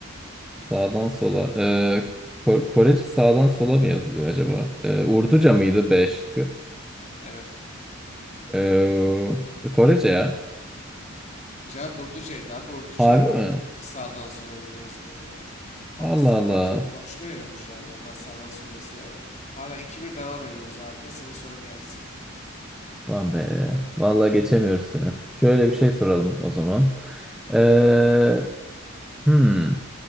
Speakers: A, in the centre; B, on the left.
A: Sağdan sola. Ee, Ko- Korece sağdan sola mı yazılıyor acaba? Ee, Urduca
B: Abi,
A: mıydı B şıkkı?
B: Evet.
A: Ee, Korece ya.
B: Cevap Urduca'ydı abi. Urduca
A: Harbi mi?
B: sağdan sola yazı- yazılıyor. Evet. Pakistan
A: Allah Allah.
B: taraflarında konuşuluyor ya Urduca abi. Onlar sağdan sola yazıyor. Evet. Hala iki bir devam ediyoruz abi. Senin sorun gelsin.
A: Lan be. Vallahi geçemiyoruz seni. Şöyle bir şey soralım o zaman. Ee, hmm.